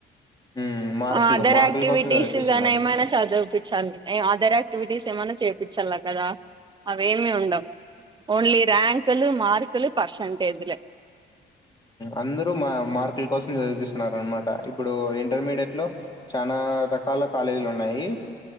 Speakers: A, on the left (about 20°); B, on the right (about 25°).
A: మ్మ్ మార్కులు
B: అదర్
A: మార్కుల
B: యాక్టివిటీస్
A: కోసం చదిపిస్తున్నారు
B: గానీ ఏమైనా చదివిపించాలను అదర్క్ క్టివిటీస్ ఏమైన్నా చేపించాలి కదా అవేమి ఉండవు ఓన్లీ ర్యాంకులు మార్కులు పర్సంటేజ్లే
A: అందరూ మా మార్కుల కోసం చదిపిస్తున్నారు అనమాట ఇప్పుడు ఇంటర్మీడియట్ లో చనా రకాల కాలేజీలు ఉన్నాయి